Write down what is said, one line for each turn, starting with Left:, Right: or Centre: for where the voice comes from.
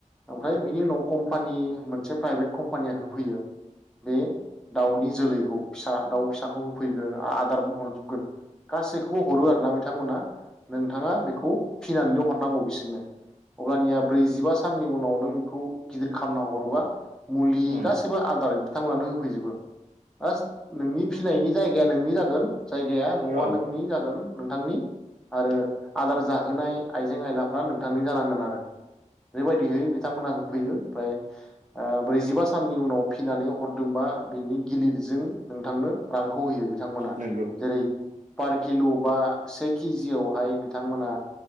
Centre: ओमफ्राय बेनि उनाव कम्पानि मोनसे प्राइभेट कम्पानिया होफैयो बे दाउनि जोलैखौ फिसा दाउ फिसाखौ होफैगोन आदार हरजोबगोन गासैखौबो हरो आरो ना बिथांमोना नोंथाङा बेखौ फिनानैल हरनांगौ बिसोरनो अब्लानिया ब्रैजिबा साननि उनाव नों बेखौ गिदिर खालामना हरोबा मुलि
Right: उम
Centre: गासिबो आदार थांमोनानो होफैजोबो बास नोंनि फिनायनि जायगाया नोंनि जागोन जायगाया न'आ
Right: औ
Centre: नोंनि जा नोंथांनि आरो आदार जाहोनाय आइजें आयलाफ्रा नोंथांनि जानांगोन आरो बेबायदिहै बिथांमोनहा होफैयो ओमफ्राय आ ब्रैजिबा साननि उनाव फिनानै हरदोंबा बेनि गिलिरजों नोंथांनो रांखौ होयो। बिथांमोना
Right: नंगौ
Centre: जेरै पार किल' बा से केजियावहाय बिथांमोना